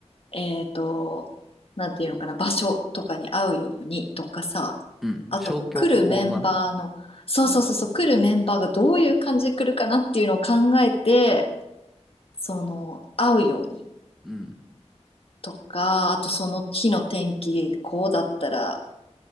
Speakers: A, on the left (about 55°); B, in the centre.
A: えっと、なんていうのかな、場所とかに合うようにとかさ、
B: うん、
A: あと来るメンバーの、
B: 消去法な。
A: そうそうそうそう、
B: うん、
A: 来るメンバーがどういう感じで来るかなっていうのを考えて、その、合うように。
B: うん、
A: とか、あとその日の天気、こうだったら、